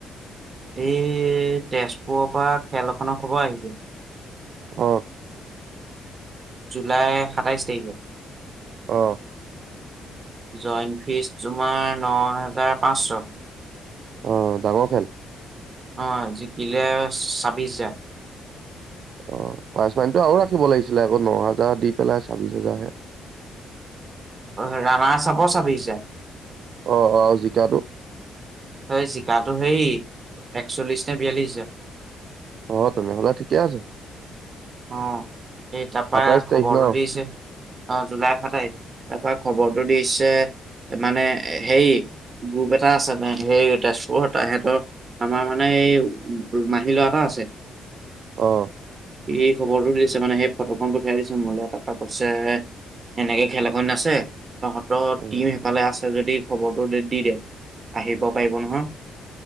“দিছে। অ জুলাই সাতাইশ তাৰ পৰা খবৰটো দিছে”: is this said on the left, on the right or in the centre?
Right